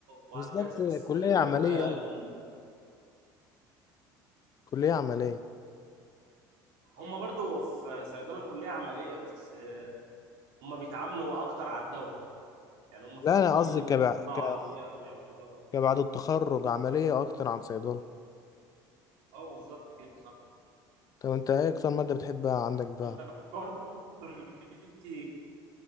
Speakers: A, on the right; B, on the left.
A: وهكذا
B: بالظبط
A: بس
B: كليه
A: غير
B: عمليه
A: آه،
B: أيوة.
A: هم
B: كليه عمليه
A: هم برضو في صيدله كليه عمليه بس آه، هم بيتعاملوا اكتر على الدواء يعني هم فكرتهم
B: لا انا قصدي
A: ان هم
B: كبع...
A: يصنعوا
B: ك...
A: ادويه او يعملوا دواء
B: كبعد التخرج عمليه اكتر عن صيدله
A: اه بالظبط كده صح
B: طب انت ايه اكتر ماده بتحبها عندك بقى
A: انا برضه كليتي